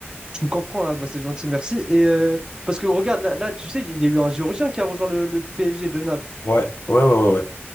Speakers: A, on the right; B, on the left.
A: tu me comprends, hein, bah, c'est gentil, merci. Et euh, parce que regarde, là, là, tu sais, il y a eu un Géorgien qui a rejoint le, le PSG de Naples.
B: Ouais, ouais, ouais, ouais, ouais.